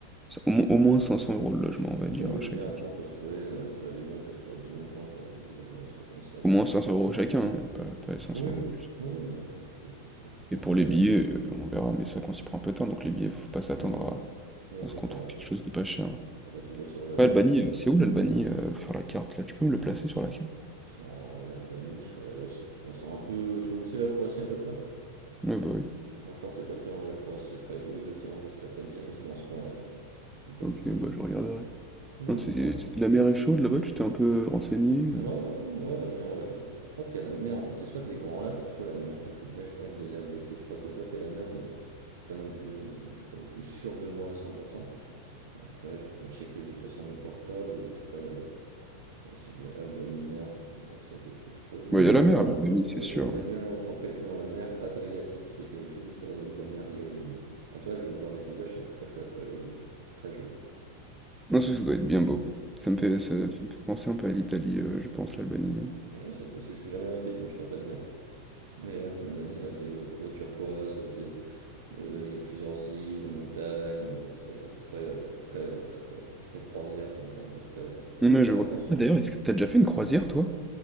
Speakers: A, in the centre; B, on the right (about 60°).
A: ça- au, mo- au moins 500 euros le logement, on va dire,
B: oui,
A: à
B: je veux
A: chacun.
B: dire, après, on peut trouver euh, des avions, on peut trouver des bons plans pour des billets d'avion, des trucs comme ça, donc
A: Au moins
B: faudrait.
A: cinq cents euros chacun, hein, pas, pas 500
B: Oui,
A: euros
B: oui,
A: juste.
B: non, oui, non, ça, je suis, ça, je suis tranquille
A: Et pour les
B: sur
A: billets,
B: ça.
A: euh, on verra, mais ça quand il prend un peu de temps, donc les billets, faut pas s'attendre
B: Hum, Oui,
A: à, à
B: faut
A: ce qu'on
B: pas,
A: trouve quelque chose de pas cher.
B: faut pas tomber sur le- à
A: Ouais,
B: l'affaire
A: Albanie,
B: du.
A: euh, c'est où l'Albanie euh, sur la carte là? Tu peux me le placer
B: silence.
A: sur la carte?
B: Sans l'Albanie, je serais euh, tu vois, c'est un peu tu vois où c'est la Croatie à peu près?
A: Ouais, bah oui.
B: Moi, je crois que c'est pas très loin de la Croatie, après où exactement, je ne saurais pas te dire, mais c'est dans ce coin-là, tu vois, je dis pas
A: Ok,
B: de bêtises.
A: bah je regarderai.
B: Ouais,
A: Non, c'est,
B: tu crois.
A: c'est- c'est- la mer est chaude là-bas, tu t'es un peu renseigné? euh
B: Ouais, ouais, non, ouais, la mer, euh, je crois qu'il y a la mer, en fait, c'est soit des grands lacs ou soit la mer, je serais plus te dire, je pas envie de te dire de bêtises, je suis presque sûr qu'il y a la mer, mais je suis pas non plus, euh, je suis pas non plus sûr de moi à 100%. Après, je pourrais checker vite fait sur mon portable, très, Euh, Si je mets Albanie-Mer, je peux te dire ça quelque chose. Oui,
A: Ouais, il
B: la
A: y a la mer,
B: mer.
A: l'Albanie, c'est
B: Oui,
A: sûr.
B: en Albanie,
A: ouais.
B: on a autant pris les pieds dans la mer Adriatique. Et aussi, vous serez au niveau de la mer Ionienne. Ah, tu vois, je viens de voir des paysages, c'est très très très joli. hein. Très joli.
A: Non, ça, ça doit être bien beau. Ça me
B: Hmm.
A: fait, ça, ça me fait penser un peu à l'Italie, euh, je pense, l'Albanie, non?
B: Ouais, c'est possible, je suis jamais allé en Italie, donc je ne saurais pas te dire. Mais ouais, non, l'Albanie, bah, c'est eau, eau turquoise, tu sais, euh, il y a plusieurs îles, montagnes, euh, tu sais, très, très, très, très croisière, très- un peu très,
A: Ouais,
B: très
A: je
B: vacances,
A: vois.
B: quoi.
A: Ah, d'ailleurs, est-ce que t'as déjà fait une croisière, toi?